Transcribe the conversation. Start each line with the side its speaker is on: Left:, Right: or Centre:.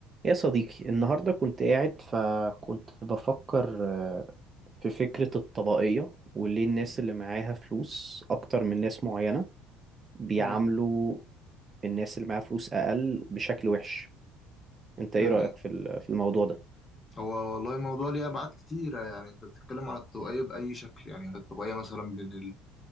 Right: يا صديقي النهاردة كنت قاعد فكنت بفكر آه، في فكرة الطبقية وليه الناس اللي معاها فلوس أكتر من ناس معينة بيعاملوا
Left: مم.
Right: الناس اللي معاها فلوس أقل بشكل وحش أنت إيه
Left: مم.
Right: رأيك في ال- في الموضوع ده؟
Left: هو والله الموضوع ليه أبعاد كتيرة يعني أنت بتتكلم عن الطبقية بأي شكل يعني هل الطبقية مثلا بين